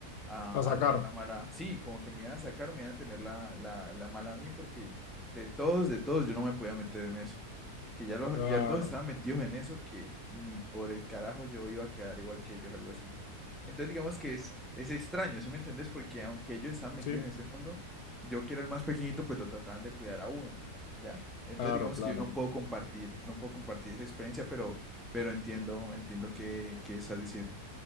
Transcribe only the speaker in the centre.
a,
a tener la mala, sí, como que me iban a sacar o me iban a tener la, la, la mala a mí, porque de todos, de todos, yo no me podía meter en eso, que ya, los
ya todos estaban metidos en eso, que ni por el carajo yo iba a quedar igual que ellos, algo así. Entonces digamos que es, es extraño, ¿sí me entendés? Porque aunque ellos estaban metidos
en ese mundo, yo que era el más pequeñito, pues lo trataban de cuidar a uno, ¿ya? Entonces
digamos
que yo no puedo compartir, no puedo compartir esa experiencia, pero, pero entiendo, entiendo qué, qué estás diciendo.